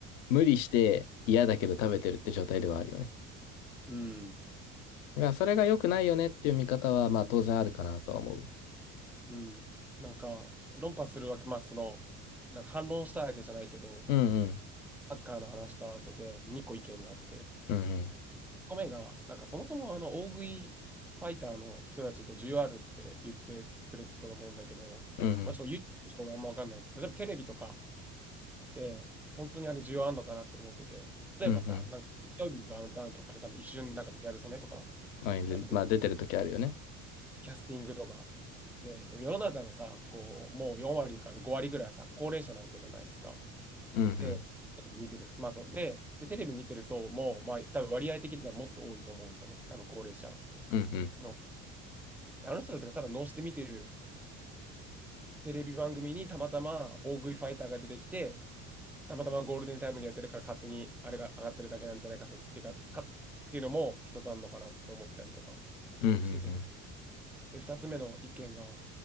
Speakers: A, on the left; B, in the centre.
A: 無理して嫌だけど食べてるって状態ではあるよね。
B: うん。
A: だからそれが良くないよねっていう見方は、まあ当然あるかなとは思うわ。
B: うんなんか、論破するわけ、まあ、その、なんか反論したいわけじゃないけど、
A: うんうん。
B: サッカーの話と合わせて2個意見があって、1
A: うんうん。
B: 個目が、なんかそもそもあの、大食いファイターの人たち、こう、需要あるって言ってくれてたと思うんだけど、
A: うん
B: まあ、ちょっと YouTube の人もあんまわかんないですけど、例えばテレビとか、て、本当にあれ需要あんのかなって思ってて、例えばさ、
A: うん。うんうん。
B: なんか、金曜日のダウンタウンとかで多分一瞬なんかギャル曽根とか、
A: まあ、いる。
B: 多分出てくる
A: まあ、出てる時あるよね。
B: キャスティングとか。で、でも世の中のさ、こう、もう4割から5割ぐらいはさ、高齢者なわけじゃないですか。
A: うんうん。
B: で、見てる、まあそう、で、で、テレビ見てる層も、まあ多分割合的にはもっと多いと思うんですよね。多分高齢者
A: うんうん。
B: の。あの人たちがただ脳死で見てるテレビ番組にたまたま大食いファイターが出てきて、たまたまゴールデンタイムでやってるから勝手にあれが上がってるだけなんじゃないか説っていうか、かっていうのも一つあるのかなと思ったりとか
A: うんうんうん。
B: してて、で、二つ目の意見が、